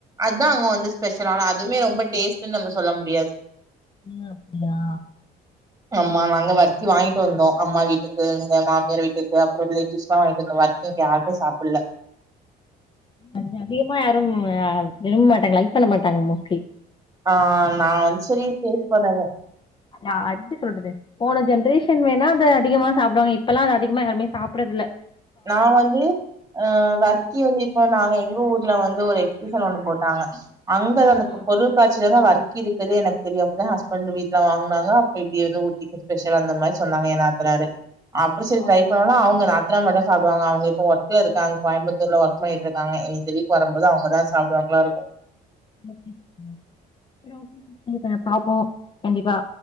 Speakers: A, on the right; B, on the left.
A: அதா அங்க வந்து ஸ்பெஷல் ஆனா அதுமே
B: ஊட்டி
A: ரொம்ப
B: ஸ்பெஷல்
A: டேஸ்ட்டுன் நம்ம சொல்ல முடியாது
B: <unintelligible> அப்டியா
A: ஆமா நாங்க வர்க்கி வாங்கிட்டு வந்தோ அம்மா வீட்டுக்கு இங்க மாமியார் வீட்டுக்கு அப்பறோ ரிலேட்டிவ்ஸ்க்லா வாங்கிட்டு வந்தோ வர்க்கி இங்க யாருமே சாப்புல்ல
B: அத அதிகமா யாரு விரும்ப மாட்டாங்க லைக் பண்ண மாட்டாங்க மோஸ்ட்லி
A: ஆ அ நா வந் சரி டேஸ் பண்ண அத
B: நா எப்டி சொல்றது போன ஜென்ரேஷன் வேணா அத அதிகமா சாப்டுவாங்க இப்பல்லா அது அதிகமா யாருமே சாப்றதுல்ல
A: நா வந்து அ வர்க்கி வந்து இப்போ நாங்க எங்க ஊர்ல வந் ந்து ஒரு எக்ஸிபிஷன் ஒன்னு போட்டாங்க அங்கதா
B: ஆ
A: அந்த பொருகாச்சிலதா வர இக்தி இருக்கதே எனக்கு தெரியலங்க ஹஸ்பண்ட் வீட்டுல வாங்னாங்க அப்ப இப்பிடி எதோ ஊட்டிக்கு ஸ்பெஷல் அந்த மாரி சொன்னாங்க ஏ நாத்தனாரு அப்புறோ சரி ட்ரை
B: ஓகே
A: பண்ணோன
B: சிஸ்டர்
A: அவங்க நாத்தனா மேட சாப்டுவாங்க அவுங்க இப்ப ஒர்க்ல இருகாங்க கோயம்புத்தூர்ல ஒர்க் பண்ணிட்ருகாங்க இனி இந்த வீக் வருபோது அவங்கதா சாப்டுவாங்களா இருக்கு
B: ஓகே சிஸ்டர் ஓகே சேரி ஓகே சிஸ்டர் ஆ பாப்போ கண்டிப்பா